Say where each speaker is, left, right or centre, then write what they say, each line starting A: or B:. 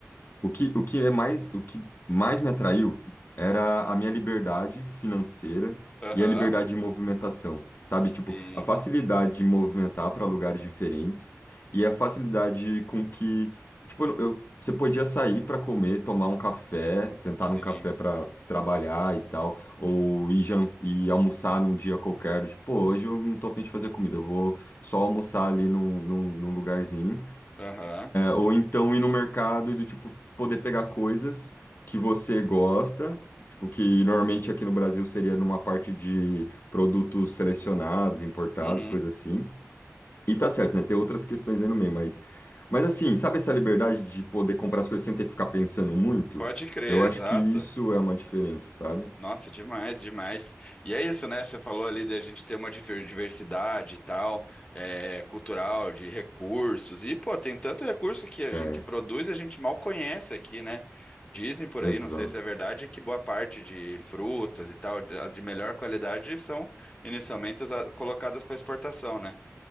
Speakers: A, on the left; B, on the left.
A: o que, o que é mais, o que mais me atraiu era a minha liberdade financeira
B: <laughs> Aham,
A: e a liberdade de movimentação, sabe?
B: sim.
A: Tipo, a facilidade de movimentar para lugares diferentes e a facilidade com que, tipo, eu, eu- você podia sair para comer, tomar um café, sentar
B: Sim.
A: num café para trabalhar e tal, ou ir, jan- ir almoçar num dia qualquer, tipo, pô, hoje eu não tô a fim de fazer comida, eu vou só almoçar ali num, num, num lugarzinho.
B: Aham.
A: Ou então ir no mercado e do tipo poder pegar coisas que você gosta, tipo que normalmente aqui no Brasil seria numa parte de produtos selecionados, importados,
B: Uhum.
A: coisa assim. E tá certo, né? Tem outras questões aí no meio, mas mas assim, sabe essa liberdade de poder comprar as coisas sem ter que ficar pensando muito?
B: Pode crer,
A: Eu acho
B: exato.
A: que isso é uma diferença, sabe?
B: Nossa, demais, demais. E é isso, né? Você falou ali de a gente ter uma diver- diversidade e tal, é, cultural, de recursos. E, pô, tem tanto recurso que a
A: É,
B: gente produz e a gente mal conhece aqui, né? Dizem por
A: exato.
B: aí, não sei se é verdade, que boa parte de frutas e tal, as de melhor qualidade, são inicialmente usa- colocadas para exportação, né?